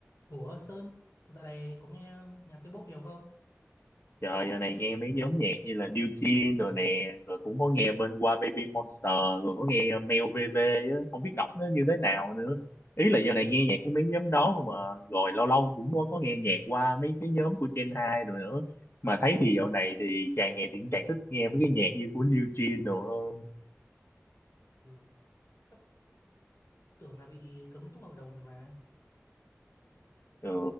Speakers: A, on the left; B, on the left.
A: Ủa Sơn, dạo này có nghe nhạc K-pop nhiều không?
B: Trời giờ này nghe mấy nhóm nhạc như là New Jeans rồi nè, rồi cũng có nghe bên qua Baby Monster, rồi có nghe Mel VV á, không biết đọc nó như thế nào nữa. Ý là giờ này nghe nhạc của mấy nhóm đó không à, rồi lâu lâu cũng có, có nghe nhạc qua mấy cái nhóm của Gen 2 rồi nữa. Mà thấy thì dạo này thì càng ngày thì càng thích nghe mấy cái nhạc như của New Jeans rồi
A: Ừ, sắp tưởng là bị cấm tu hợp đồng rồi mà.
B: ừ,